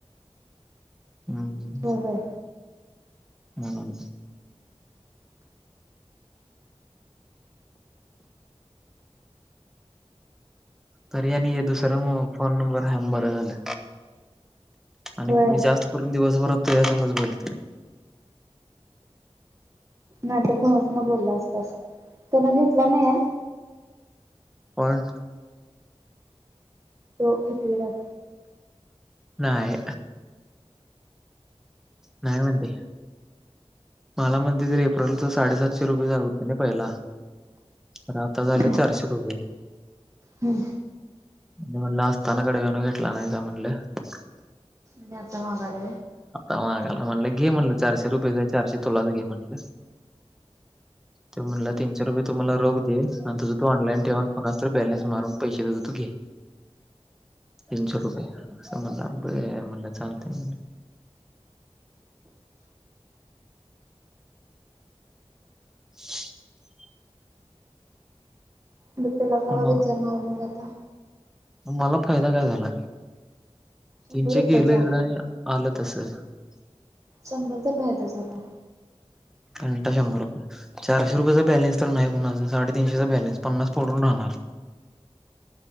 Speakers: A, in the centre; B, on the right.
A: हम्म.
B: होय होय
A: म्हणून. तरी आणि हे दुसरां मग फोन नंबर हाय म्हणून बर झालं. आणि
B: होय
A: मी जास्त करून दिवसभरात तुझ्या संगच बोलतोय.
B: नाहीतर कुणास संग बोलला असतास त्यां न घेतला नाहीये.
A: पण.
B: तो कितवीलाय.
A: नाही. नाही म्हणतय. मला म्हणतेय, एप्रिलच साडेसातशे रुपये झाल होतं ना पहिला. आणि आता झाले
B: हम्म
A: चारशे रुपये.
B: हम्म
A: आणि म्हणलं असताना कडव्यानो घेतला नाहीसा म्हणलं. <unintelligible>
B: आणिे आता माघायला
A: मागाला म्हणलं घे म्हणलं, चारशे रुपय, काय चारशे, तुलाच घे म्हणलं! त म्हणलं तीनशे रुपये तु मला रोख दे, आणि तुज तु ऑनलाइन ठेव, कोणाचं तरी बॅलेस मारून पैसे देतो तू घे. तीनशे रुपये, असं म्हणल बरं म्हणलं चालतय ब <inaudible>
B: मी तुला कवा
A: म
B: विचारणार मग आता.
A: मला फायदा काय झाला?
B: शंभर
A: तनचे
B: रुपयाचा
A: गेलं एवढं आलं तस <unintelligible>
B: शंभरचा फायदा झाला.
A: घंटा शंभर रुपय चारशे रुपयाचा बॅलेन्स तर नाही कुणाचा, साडेतीनशेचा बॅलेन्स पन्नास पडून राहणार